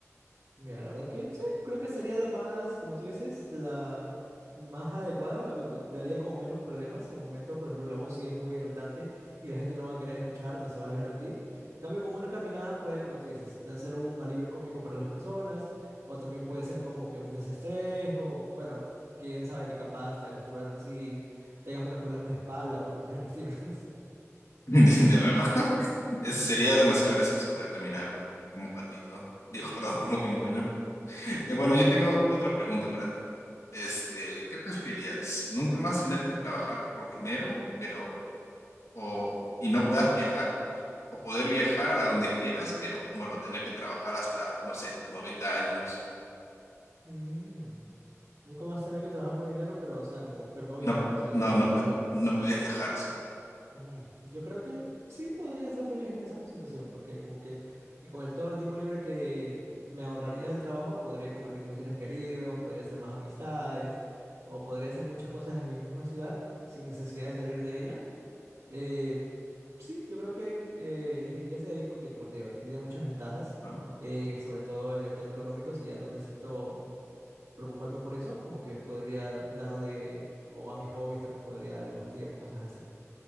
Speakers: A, on the right; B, on the left.
A: Mira, la verdad que sí, creo que sería la más, como tú dices, la más adecuada, o lo que daría como menos problemas. Al momento, por ejemplo, la voz sí es muy irritante y la gente no va a querer escucharte, se va a alejar de ti. En cambio, como una caminada puede, como tú dices, hacer un alivio cómico para las personas, o también puede ser como que un desestrés, o bueno, quién sabe que capaz te acostumbras así, tengas menos problemas de espalda o algo por el estilo, <laughs> no sé.
B: <laughs> De verdad. Es- sería demasiado gracioso poder caminar como patito. Digo, <laughs> perdón,
A: Exactamente,
B: como pingüino. Eh,
A: como
B: bueno,
A: pingüino.
B: yo tengo otra pregunta para ti. Este, ¿qué preferirías? ¿Nunca más tener que trabajar por dinero, pero o y no puedas viajar? ¿O poder viajar a donde quieras, pero bueno, tener que trabajar hasta, no sé, tus 90 años?
A: Mm. Nunca más tener que trabajar por dinero, pero, o sea, como, pero no viajar,
B: No,
A: o sea,
B: no,
A: quedarme
B: no,
A: en
B: pue-
A: mi lugar.
B: no puedes viajar, sí,
A: Mm, yo creo que sí podría estar feliz en esa situación, porque como que y con el todo el tiempo libre que me ahorraría del trabajo, podría compartir con mis seres queridos, podría hacer más amistades, o podría hacer muchas cosas en mi misma ciudad sin necesidad de salir de ella. Eh, sí, yo creo que eh, elegiría ese de ahí porque, como te digo, tendría muchas ventajas,
B: ¿no?
A: eh, sobre todo en el tema económico, si ya no necesito preocuparme por eso, como que podría darle, o a mis hobbies también podría darle más tiempo, cosas así.